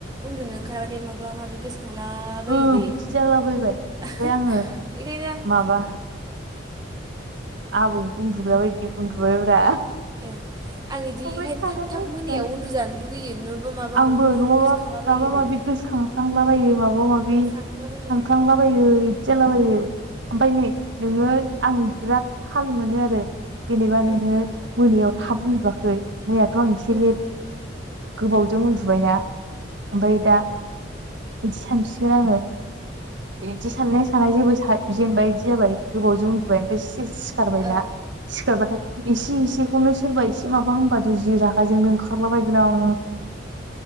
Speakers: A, on the right; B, on the right.
A: उन्दुनो ओंखारबाथाय माबा माबि गोसोखांला- बायो
B: ओ
A: दे
B: बिदि जालाबायबाय ओमफ्राय
A: <unintelligible>
B: आङो
A: बेखायनो आं
B: माबा आबौ उन्दुग्रा बायदि उन्दुबायब्रा
A: ए आं बिदि
B: ओमफ्राय
A: बेखायनो
B: थानानै
A: थाब थाब
B: उन्दुबाय
A: मोनायाव उन्दुजानो लुगैयो नङाबा माबा
B: आंबो
A: माबि माबा
B: नङाबा
A: माबि गोसोखांलाबायो
B: माबा
A: ओरैनो
B: माबि गोसोखां फ्रांलाबायो माबा माबि
A: सानब्लाबो
B: सानखांला बायो जालाबायो ओमफ्राय नै नोङो आं बिराद थाल मोनो आरो जेनेबा नोङो
A: ओं
B: मोनायाव थाब उन्दुआखै मैयाथ' आं एसे
A: ओं
B: लेट गोबाव- बिजों उन्दुबायना ओमफ्राय दा बिदि सानसिगोन आङो। बिदि साननाया
A: ओं
B: साना जेबो सा जेनबाय बिदि जाबाय गोबावजों उन्दुबाय ओमफ्राय सि-सिखारबायना।
A: औ
B: सिखारबाथाय इसे इसेखौनो सोरबा एसे माबा होनबाथाय जि रागाजोंनो ओंखारो। खारलाबायगोन आं